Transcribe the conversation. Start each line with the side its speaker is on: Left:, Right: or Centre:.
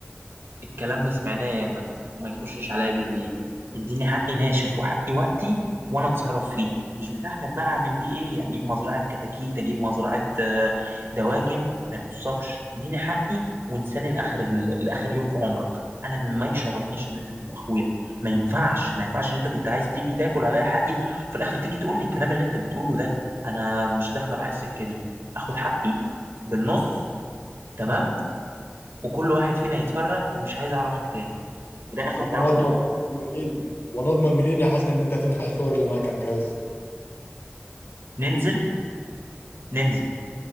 Right: الكلام ده سمعناه ياما وما يخشش عليا بجنيه اديني حقي ناشف وحقي وقتي وانا اتصرف فيه مش بتاعتك بقى اعمل بيه ايه اجيب مزرعه كتاكيت اجيب مزرعه آه، دواجن ما يخصكش اديني حقي وانساني لاخر لاخر يوم في عمرك انا ما يشرفنيش ان انت تبقى اخويا ما ينفعش ما ينفعش ان انت كنت عايز تيجي تاكل عليا حقي وفي الاخر تيجي تقول لي الكلام اللي انت بتقوله ده انا مش داخله معايا السكه دي اخد حقي بالنص تمام وكل واحد فينا يتفرق ومش عايز اعرفك تاني ده اخر
Left: طب
Right: تعامل
Left: وانا اضمن
Right: معانا
Left: منين وانا اضمن منين يا حسن ان انت هتمسح الصور اللي معاك على الجهاز
Right: ننزل ننزل